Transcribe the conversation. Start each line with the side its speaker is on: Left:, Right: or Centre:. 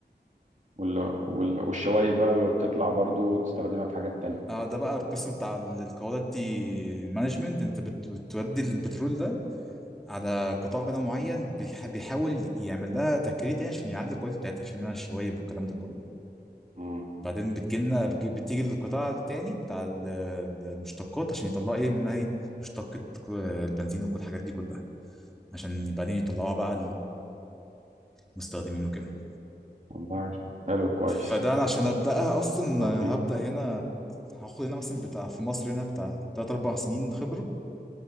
Right: وال... وال... والشوايب بقى بتطلع برضو وتستخدمها في حاجات تانية
Centre: اه ده بقى القسم بتاع الكواليتي مانجمنت انت بت- بتودي البترول ده على قطاع كده معين بيح- بيحاول يعمل لها تكريت يعني عشان يعلي الكواليتي بتاعتها يشيل منها الشوايب والكلام ده كله
Right: مم.
Centre: بعدين بتجيلنا بتجي- بتيجي للقطاع التاني بتاع ال- ال- المشتقات عشان يطلعوا ايه منها ايه مشتقة ك- البنزين وكل الحاجات دي كلها عشان بعدين يطلعوها بقى للمستخدمين وكده
Right: والله حلو كويس
Centre: فده انا عشان ابداها اصلا
Right: توفيق
Centre: هبدا هنا هاخد هنا مثلا بتاع في مصر هنا بتاع 3 4 سنين خبرة